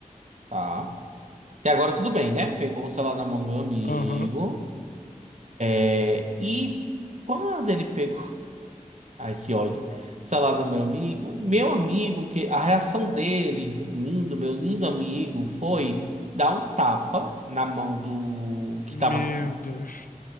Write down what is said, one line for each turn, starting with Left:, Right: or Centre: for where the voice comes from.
Right: tá? Até agora tudo bem, né? Pegou o celular na mão do meu amigo.
Left: aham.
Right: é, e quando ele pegou. Ai, que ódio. Salada, meu amigo. Meu amigo, que a reação dele, lindo, meu lindo amigo, foi dar um tapa na mão do que
Left: Meu
Right: tava,
Left: Deus.